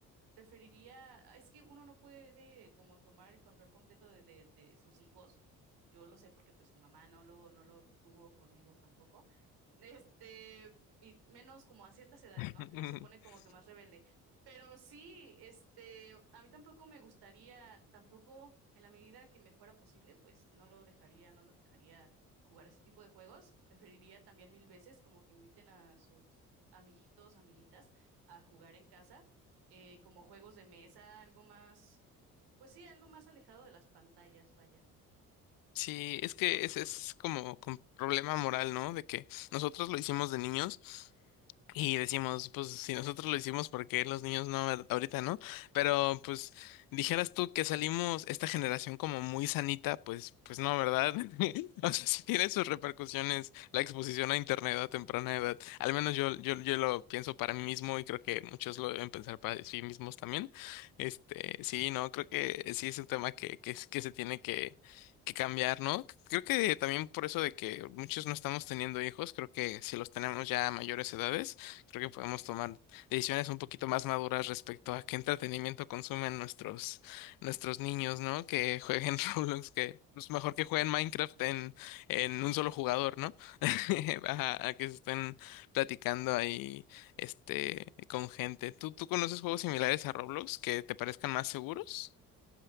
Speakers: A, on the right; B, on the left.
A: Preferiría, ah, es que uno no puede como tomar el control completo de, de- de sus hijos. Yo lo sé porque pues mi mamá no lo, no lo tuvo conmigo tampoco. Este, y menos como a ciertas edades,
B: <laughs>
A: ¿no? Que uno se pone como que más rebelde. Pero sí, este, a mí tampoco me gustaría, tampoco en la medida que me fuera posible, pues no lo dejaría, no los dejaría jugar ese tipo de juegos. Preferiría también mil veces como que inviten a sus amiguitos, amiguitas a jugar en casa eh, como juegos de mesa, algo más, pues sí, algo más alejado de las pantallas, vaya.
B: Sí, es que ese es como un problema moral, ¿no? De que nosotros lo hicimos de niños. Y decimos, pues si nosotros lo hicimos, ¿por qué los niños no a- ahorita, no? Pero pues dijeras tú que salimos esta generación como muy sanita, pues pues no, ¿verdad? <laughs> O sea, sí tiene sus repercusiones la exposición a internet a temprana edad. Al menos yo yo yo lo pienso para mí mismo y creo que muchos lo deben pensar para sí mismos también. Este, sí, no, creo que sí es un tema que que es- que se tiene que que cambiar, ¿no? Creo que también por eso de que muchos no estamos teniendo hijos, creo que si los tenemos ya a mayores edades Creo que podemos tomar decisiones un poquito más maduras respecto a qué entretenimiento consumen nuestros, nuestros niños, ¿no? Que jueguen <laughs> Roblox, que es mejor que jueguen Minecraft en, en un solo jugador, ¿no? <laughs> A, a que se estén platicando ahí, este, con gente. ¿Tú, tú conoces juegos similares a Roblox que te parezcan más seguros?